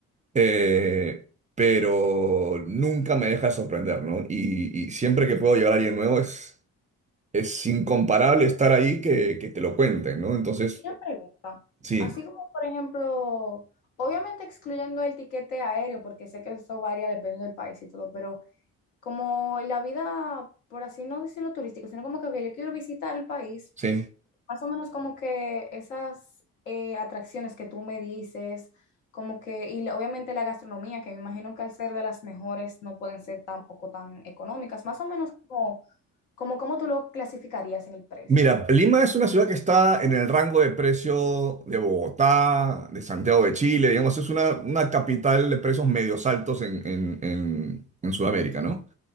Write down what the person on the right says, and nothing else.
eh, pero nunca me deja de sorprender, ¿no? Y, y siempre que puedo llevar a alguien nuevo es, es incomparable estar ahí que, que te lo cuenten, ¿no? Entonces,
sí,
sí.
Mira, Lima es una ciudad que está en el rango de precio de Bogotá, de Santiago de Chile, digamos, es una, una capital de precios medios altos en, en- en- en Sudamérica, ¿no?